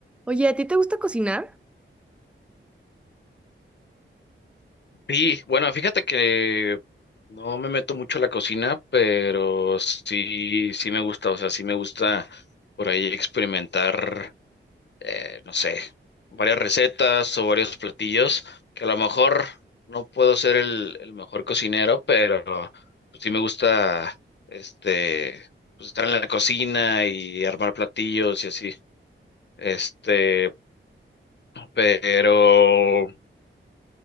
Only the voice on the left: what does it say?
Sí, bueno, fíjate que no me meto mucho a la cocina, pero sí, sí me gusta, o sea, sí me gusta por ahí experimentar, eh, no sé, varias recetas o varios platillos, que a lo mejor no puedo ser el, el mejor cocinero, pero pues, sí me gusta, este, pues estar en la cocina y armar platillos y así, este, pero